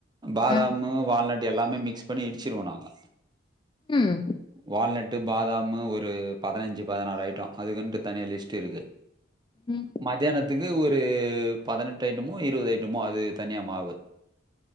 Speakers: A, on the right; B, on the left.
A: பாதாம்
B: அ
A: வால்நட் எல்லாமே மிக்ஸ் பண்ணி இடிச்சிருவோனாங்க
B: ம்
A: வால்நெட் பாதாம் ஒரு பதினஞ்சு பதினாறு ஐட்டம் அதுக்கு தனிய லிஸ்ட் இருக்கு
B: ம்
A: மதியானது த்துக்கு ஒரு பதினெட்டு ஐட்டமோ இருபது ஐட்டமோ அது தனியா மாவு